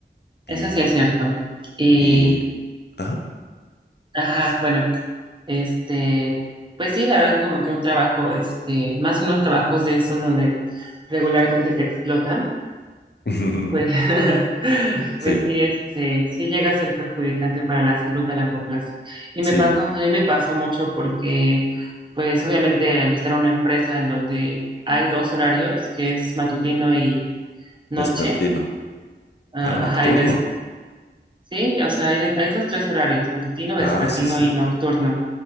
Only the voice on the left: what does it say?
Y,
y, ajá.
<laughs>
Sí,
sí,
vespertino.
Ah, nocturno.
Ah, sí, sí.